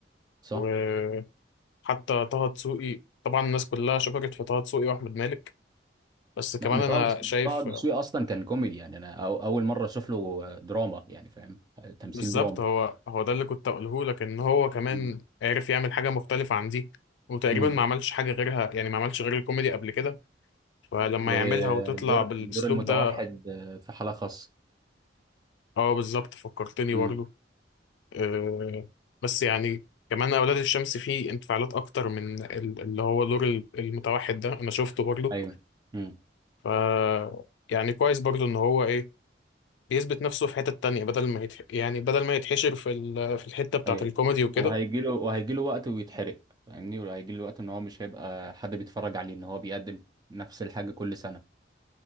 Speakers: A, on the right (about 20°); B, on the left (about 75°).
A: صح
B: وحتى طه دسوقي طبعا الناس كلها شكرت في طه دسوقي واحمد مالك بس كمان
A: لا انا طه
B: انا شايف
A: طه دسوقي اصلا كان كوميدي يعني انا أو- اول مره اشوف له دراما يعني فاهم تمثيل
B: بالظبط
A: درامي
B: هو هو ده اللي كنت اقوله لك ان هو كمان
A: امم
B: عرف يعمل حاجه مختلفه عن دي وتقريبا
A: أمم.
B: ما عملش حاجه غيرها يعني ما عملش غير الكوميدي قبل كده فلما
A: ودور
B: يعملها وتطلع بالاسلوب
A: الدور المتوحد
B: ده
A: في حاله خاصه
B: اه بالظبط فكرتني
A: امم
B: برضو آه بس يعني كمان اولاد الشمس فيه انفعالات اكتر من ال- اللي هو دور ال- المتوحد ده انا شفته برضو
A: ايوه امم
B: ف يعني كويس برضو ان هو ايه بيثبت نفسه في حتة تانية بدل ما يتح... يعني بدل ما يتحشر في ال... في الحتة بتاعت
A: ايوه
B: الكوميدي وكده
A: وهيجي له وهيجي له وقت ويتحرق فاهمني وهيجي له وقت ان هو مش هيبقى حد بيتفرج عليه ان هو بيقدم نفس الحاجه كل سنه